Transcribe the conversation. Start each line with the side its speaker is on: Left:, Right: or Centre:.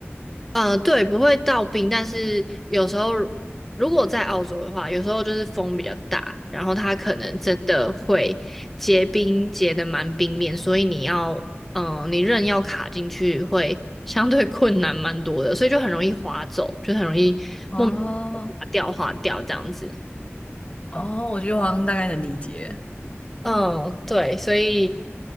Centre: 嗯，呃对，不会到冰，但是有时候如如果在澳洲的话，有时候就是风比较大，然后它可能真的会结冰，结的蛮冰面，所以你要，嗯，你刃要卡进去会相对 <laughs> 困难蛮多的，所以就很容易滑走，就很容易莫名其妙滑掉滑掉这样子。
Left: 哦，哦，我觉得我好像大概能理解。
Centre: 嗯，对，所以，